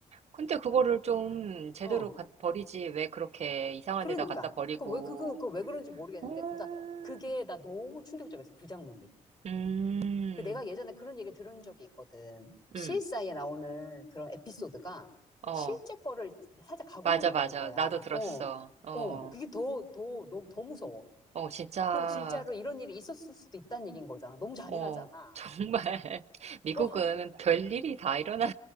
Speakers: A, on the right; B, on the left.
A: 근데 그거를 좀 제대로
B: 어.
A: 갖- 버리지. 왜 그렇게 이상한
B: 그러니까.
A: 데다 갖다 버리고.
B: 그 왜, 그, 그, 그 왜 그런지 모르겠는데.
A: 음,
B: 그러니까 그게 나 너무 충격적이었어. 그 장면이.
A: 음,
B: 그 내가 예전에 그런 얘기 들은 적이 있거든. CSI에
A: 음.
B: 나오는 그런 에피소드가
A: 어,
B: 실제 거를 살짝 가공을
A: 맞아,
B: 했다는
A: 맞아.
B: 거야.
A: 나도 들었어.
B: 어,
A: 어,
B: 어, 그게 더, 더, 너무, 더 무서워.
A: 어, 진짜,
B: 그럼 진짜로 이런 일이 있었을 수도 있다는 얘기인 거잖아. 너무 잔인하잖아.
A: 어, <laughs> 정말. 미국은
B: 어,
A: 별일이 다 일어나는,